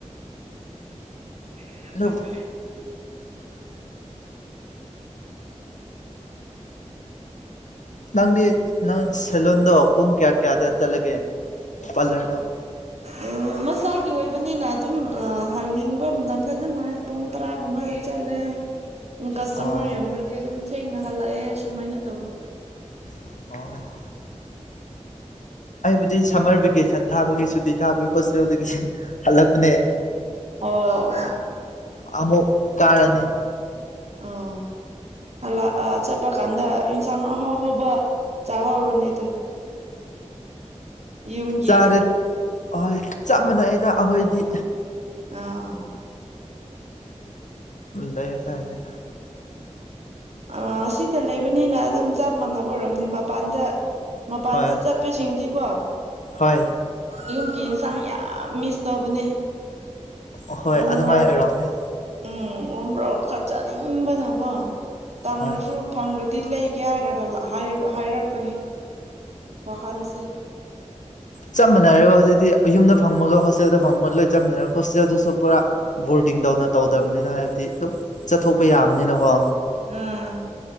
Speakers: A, on the right (about 60°); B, on the left (about 85°).
A: ꯐꯔ
B: ꯑꯗꯨꯕꯨ
A: ꯆꯂ
B: ꯅꯪꯗꯤ ꯅꯪ ꯁꯦꯂꯣꯟꯗꯣ ꯄꯨꯡ ꯀꯌꯥ ꯀꯌꯥꯗ ꯆꯠꯂꯒꯦ ꯄꯥꯔꯂꯔꯗꯣ
A: ꯎꯝ ꯃꯁꯥꯒꯤ ꯑꯣꯏꯕꯅꯤꯅ ꯑꯗꯨꯝ ꯍꯥꯡꯅꯤꯡꯕ ꯃꯇꯝꯗ ꯑꯗꯨꯝ ꯍꯥꯏꯔ ꯄꯨꯡ ꯇꯔꯥꯒꯨꯝꯕꯗ ꯆꯠꯂꯦ ꯀꯁꯇꯃꯔ
B: ꯑꯣ
A: ꯌꯥꯝ꯭ꯔꯗꯤ ꯑꯗꯨꯝ ꯊꯦꯡꯅ ꯍꯜꯂꯛꯑꯦ ꯁꯨꯃꯥꯏꯅ ꯇꯧꯕ
B: ꯑꯣ ꯑꯩꯕꯨꯗꯤ ꯁꯝꯃꯔ ꯚꯦꯀꯦꯁꯟ ꯊꯥꯕꯒꯤ ꯁꯨꯇꯤ ꯊꯥꯕꯒꯤ ꯍꯣꯁꯇꯦꯜꯗꯒꯤ ꯍꯜꯂꯛꯄꯅꯦ
A: ꯑꯣ ꯑꯣ
B: ꯑꯃꯨꯛ ꯀꯥꯔꯅꯤ
A: ꯑꯣ ꯂꯥꯛꯑ ꯆꯠꯄ ꯀꯥꯟꯗ ꯌꯦꯟꯁꯥꯡ ꯑꯍꯥꯎ ꯍꯧꯕ ꯆꯥꯍꯧꯔꯨꯅꯦ ꯑꯗꯨꯣ ꯌꯨꯝꯒꯤ
B: ꯆꯥꯔꯦ ꯑꯍꯣꯏ ꯆꯞ ꯃꯥꯟꯅꯩꯗ ꯑꯩꯈꯣꯏꯗꯤ
A: ꯑ
B: ꯂꯩꯁꯥꯏꯅꯦ
A: ꯑ ꯁꯤꯇ ꯂꯩꯕꯅꯤꯅ ꯑꯗꯨꯝ ꯆꯞ ꯃꯥꯟꯅꯕ ꯑꯣꯏꯔꯔꯕꯅꯤ ꯃꯄꯥꯟꯗ ꯃꯄꯥꯟꯗ
B: ꯍꯣꯏ
A: ꯆꯠꯄꯁꯤꯡꯗꯤꯀꯣ
B: ꯍꯣꯏ
A: ꯌꯨꯝꯒꯤ ꯌꯦꯟꯁꯥꯡ ꯌꯥꯝ ꯃꯤꯁ ꯇꯧꯕꯅꯦ
B: ꯑꯍꯣꯏ
A: ꯎꯣꯔꯣꯛ
B: ꯑꯗꯨꯃꯥꯏꯅ ꯑꯣꯏꯔꯣꯑꯝꯅꯦ
A: ꯎꯝ ꯑꯣꯝꯕ꯭ꯔꯣ ꯈ ꯆꯥꯅꯤꯡꯕꯅꯀꯣ ꯇꯥꯡꯈꯁꯨ
B: ꯍꯣꯏ
A: ꯐꯪꯈ꯭ꯔꯗꯤ ꯂꯩꯒꯦ ꯍꯥꯏꯔꯒ ꯍꯥꯏꯔꯛꯄꯅꯦ ꯋꯥꯈꯜꯁꯦ <unintelligible>
B: ꯆꯞ ꯃꯥꯟꯅꯔꯦꯕ ꯍꯧꯖꯤꯛꯇꯤ ꯌꯨꯝꯗ ꯐꯪꯕꯒ ꯍꯣꯁꯇꯦꯜꯗ ꯐꯪꯕꯒ ꯂꯣꯏ ꯆꯞ ꯃꯥꯟꯅꯔꯦ ꯍꯣꯁꯇꯦꯜꯗꯨꯁꯨ ꯄꯨꯔꯥ ꯕꯣꯔꯗꯤꯡꯗꯧꯅ ꯇꯧꯗꯕꯅꯤꯅ ꯍꯥꯏꯕꯗꯤ ꯑꯗꯨꯝ ꯆꯠꯊꯣꯛꯄ ꯌꯥꯕꯅꯤꯅꯀꯣ
A: ꯑꯥ